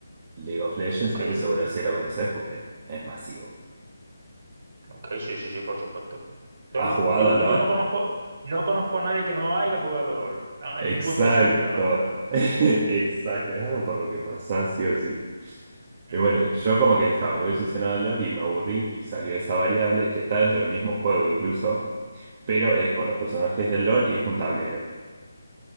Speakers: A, on the right; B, on the right.
A: League of Legends,
B: Ok,
A: que ese seguro sí lo conoces porque es masivo.
B: ok, sí, sí, sí, por supuesto. Todo
A: ¿Has
B: lo-
A: jugado
B: yo,
A: a LOL?
B: yo no conozco, no conozco a nadie que no haya jugado LOL ah,
A: Exacto,
B: en un punto de su vida o en otro, ¿eh?
A: <laughs> exacto, es algo por lo que pasás, sí o sí.
B: Ujú.
A: Y bueno, yo como que estaba muy obsesionado a LOL y me aburrí y salió esa variable que está dentro del mismo juego incluso, pero es con los personajes del LOL y es un tablero.